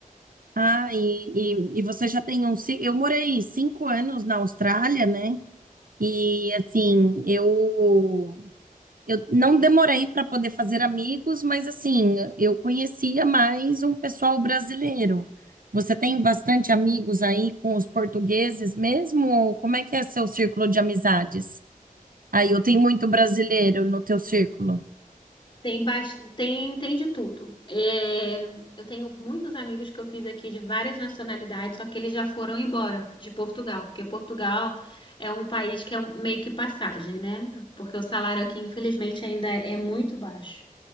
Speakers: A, on the right; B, on the left.
A: Ah, e, e, e você já tem um. ci- Eu morei cinco anos na Austrália, né? E assim, eu, eu não demorei para poder fazer amigos, mas assim, eu conhecia mais um pessoal brasileiro. Você tem bastante amigos aí com os portugueses mesmo? Ou como é que é seu círculo de amizades? Aí eu tenho muito brasileiro no teu círculo.
B: Tem, bast... tem, tem de tudo. É, Eu tenho muitos amigos que eu fiz aqui de várias nacionalidades, só que eles já foram embora de Portugal, porque Portugal é um país que é um- meio que passagem, né? Porque o salário aqui, infelizmente, ainda é muito baixo.